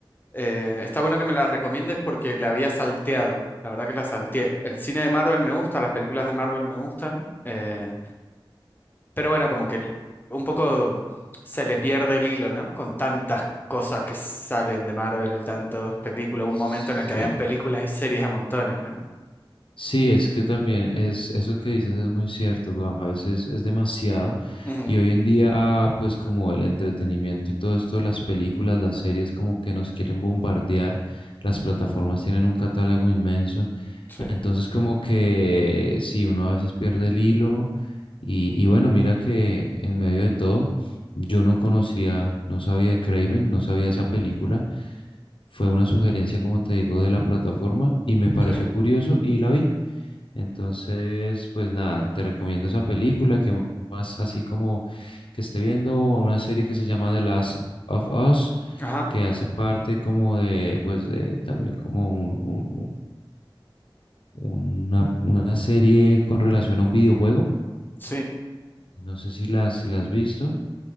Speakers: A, on the left; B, on the left.
A: Eh, está bueno que me la recomiendes porque la había salteado. La verdad que la salteé. El cine de Marvel me gusta, las películas de Marvel me gustan. eh, pero bueno, como que el- un poco se le pierde el hilo, ¿no? Con tantas cosas que salen de Marvel, tantas películas. Un
B: Sí,
A: momento en el que habían películas y series a montones, ¿no?
B: Sí, es que también es eso que dices es muy cierto, güey, a veces es demasiado
A: Ujú,
B: y hoy en día pues como el entretenimiento y todo esto, las películas, las series como que nos quieren bombardear, las plataformas tienen un catálogo inmenso,
A: Sí,
B: Entonces como que sí, uno a veces pierde el hilo y, y bueno, mira que en medio de todo yo no conocía, no sabía de Craven, no sabía de esa película. Fue una sugerencia, como te digo, de la plataforma y me pareció
A: sí.
B: curioso y la vi. Entonces, pues nada, te recomiendo esa película que más así como que esté viendo o una serie que se llama The Last of Us,
A: Ajá,
B: que hace parte como de, pues de también como una, una serie con relación a un videojuego.
A: sí.
B: No sé si la, si la has visto.